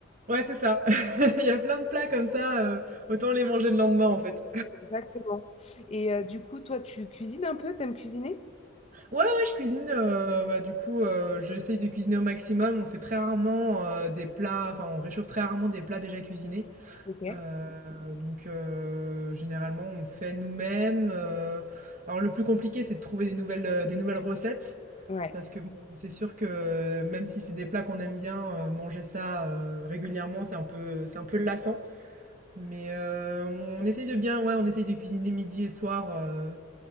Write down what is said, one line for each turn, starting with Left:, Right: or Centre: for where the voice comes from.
Right: Ouais, c'est ça. <laughs> Il y a plein de plats comme ça, heu, autant les manger le lendemain en fait.
Left: Exactement. Et euh, du coup, toi, tu cuisines un peu? T'aimes cuisiner?
Right: Ouais, ouais, je cuisine, heu, bah, du coup, heu, j'essaye de cuisiner au maximum. On fait très rarement, heu, des plats enfin, on réchauffe très rarement des plats déjà cuisinés.
Left: Ok.
Right: Heu, donc heu, généralement, on fait nous-mêmes, heu, alors le plus compliqué, c'est de trouver des nouvelles, heu, des nouvelles recettes.
Left: Ouais.
Right: Parce que bon, c'est sûr que même si c'est des plats qu'on aime bien, euh, manger ça euh, régulièrement, c'est un peu, c'est un peu lassant. Mais euh, on, essaye de bien, ouais, on essaye de cuisiner midi et soir euh,